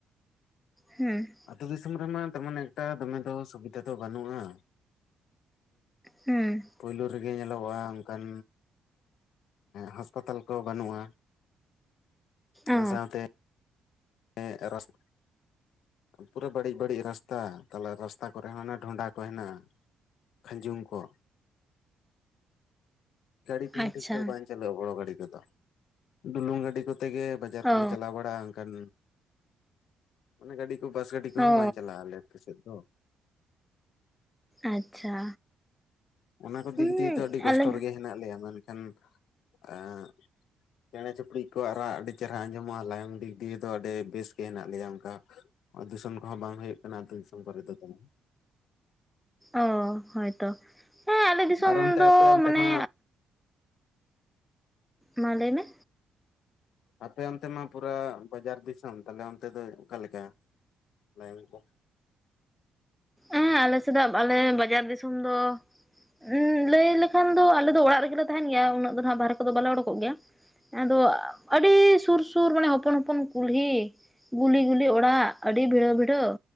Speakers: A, in the centre; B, on the left.
A: ᱦᱮᱸ
B: ᱟᱛᱳ ᱫᱤᱥᱚᱢ ᱨᱮᱢᱟ ᱛᱮᱢᱚᱱ ᱮᱠᱴᱟ ᱫᱚᱢᱮ ᱫᱚ ᱥᱩᱵᱤᱫᱟ ᱫᱚ ᱵᱟᱹᱱᱩᱜᱼᱟ
A: ᱦᱩᱸ
B: ᱯᱩᱭᱞᱳ ᱨᱮᱜᱮ ᱧᱮᱞᱚᱜᱚᱜᱼᱟ ᱚᱱᱠᱟᱱ, ᱦᱟᱸᱟᱥᱯᱟᱛᱟᱞ ᱠᱚ ᱵᱟᱹᱱᱩᱜᱼᱟ ᱚᱱᱟ
A: ᱚ
B: ᱥᱟᱶᱛᱮ, ᱦᱮᱸ ᱮᱨᱟ <inaudible> ᱯᱩᱨᱟᱹ ᱵᱟᱹᱲᱤᱡ ᱵᱟᱹᱲᱤᱡ ᱨᱟᱥᱛᱟ ᱛᱟᱦᱚᱞᱮ ᱨᱟᱥᱛᱟ ᱠᱚᱨᱮ ᱦᱚᱸ ᱚᱱᱮ ᱰᱷᱚᱸᱰᱟ ᱠᱚ ᱦᱮᱱᱟᱜᱼᱟ, ᱠᱷᱟᱸᱡᱩᱢ ᱠᱚ, ᱜᱟᱹᱰᱤ ᱠᱚᱦᱚᱸ
A: ᱟᱪᱪᱷᱟ
B: ᱴᱷᱤᱠ ᱴᱷᱟᱠ ᱵᱟᱝ ᱪᱟᱞᱩᱼᱟ ᱵᱚᱲᱚ ᱜᱟᱹᱰᱤ ᱠᱚᱫᱚ ᱰᱩᱞᱩᱝ ᱜᱟᱹᱰᱤ ᱠᱚᱫᱚ ᱛᱮᱜᱮ ᱵᱟᱡᱟᱨ ᱠᱚᱞᱮ
A: ᱚ
B: ᱪᱟᱞᱟᱣ ᱵᱟᱲᱟᱜᱼᱟ ᱮᱱᱠᱷᱟᱱ, ᱢᱟᱱᱮ ᱜᱟᱹᱰᱤ ᱠᱚ ᱵᱟᱥ ᱜᱟᱹᱰᱤ ᱠᱚᱦᱚᱸ
A: ᱚ
B: ᱵᱟᱝ ᱪᱟᱞᱟᱜᱼᱟ ᱟᱞᱮ ᱟᱛᱳ ᱥᱮᱫ ᱫᱚ,
A: ᱟᱪᱪᱷᱟ,
B: ᱚᱱᱟ ᱠᱚ
A: ᱦᱩᱸ
B: ᱫᱤᱠ ᱫᱤᱭᱮ ᱫᱚ ᱟᱹᱰᱤ ᱠᱚᱥᱴᱚ
A: ᱟᱞᱮ
B: ᱨᱮᱜᱮ ᱦᱮᱱᱟᱜ ᱞᱮᱭᱟ ᱢᱮᱱᱠᱷᱟᱱ, ᱟᱸᱻ ᱪᱮᱬᱮ ᱪᱩᱯᱲᱤᱡ ᱩᱱᱠᱩᱣᱟᱜ ᱨᱟᱜ ᱟᱹᱰᱤ ᱪᱮᱦᱨᱟ ᱟᱸᱡᱚᱢᱚᱜᱼᱟ ᱞᱟᱭᱚᱝ ᱫᱤᱠ ᱫᱤᱭᱮ ᱫᱚ ᱟᱹᱰᱤ ᱵᱮᱥ ᱜᱮ ᱦᱮᱱᱟᱜ ᱞᱮᱭᱟ ᱚᱱᱠᱟ᱾ ᱫᱤᱥᱚᱢ ᱠᱚᱦᱚᱸ ᱵᱟᱝ ᱦᱩᱭᱩᱜ ᱠᱟᱱᱟ ᱟᱛᱳ‌ ᱫᱤᱥᱚᱢ ᱠᱚᱨᱮ ᱫᱚ ᱫᱚᱢᱮ᱾
A: ᱚᱸ ᱦᱳᱭᱛᱚ ᱦᱮᱸ ᱟᱞᱮ ᱫᱤᱥᱚᱢ
B: ᱟᱨ ᱚᱱᱛᱮ
A: ᱫᱚ
B: ᱟᱯᱮ ᱚᱱᱛᱮ
A: ᱢᱟᱱᱮ
B: ᱢᱟ
A: ᱢᱟ ᱞᱟᱹᱭ ᱢᱮ
B: ᱟᱯᱮ ᱚᱱᱛᱮ ᱢᱟ ᱯᱩᱨᱟ ᱵᱟᱡᱟᱨ ᱫᱤᱥᱚᱢ ᱛᱟᱦᱞᱮ ᱚᱱᱛᱮ ᱫᱚ ᱚᱠᱟᱮᱠᱟ ᱞᱟᱭᱚᱝ ᱠᱚ,
A: ᱮᱸ ᱟᱞᱮ ᱥᱮᱫᱟᱜ ᱟᱞᱮ ᱵᱟᱡᱟᱨ ᱫᱤᱥᱚᱢ ᱫᱚ᱾ ᱩᱸ ᱞᱟᱹᱭ ᱞᱮᱠᱷᱟᱱ ᱫᱚ ᱟᱞᱮ ᱫᱚ ᱚᱲᱟᱜ ᱨᱮᱜᱮ ᱛᱟᱦᱮᱸᱱ ᱜᱮᱭᱟ ᱩᱱᱟᱹᱜ ᱫᱚ ᱦᱟᱸᱜ ᱵᱟᱨᱮ ᱠᱚᱫᱚ ᱵᱟᱞᱮ ᱩᱰᱩᱠᱚᱜ ᱜᱮᱭᱟ, ᱟᱫᱚ ᱟᱹᱰᱤ ᱥᱩᱨ ᱥᱩᱨ ᱢᱟᱱᱮ ᱦᱚᱯᱚᱱ ᱦᱚᱯᱚᱱ ᱠᱩᱞᱦᱤ, ᱜᱩᱞᱤ ᱜᱩᱞᱤ ᱚᱲᱟᱜ ᱟᱹᱰᱤ ᱵᱷᱤᱲᱟᱹᱼ ᱵᱷᱤᱲᱟᱹ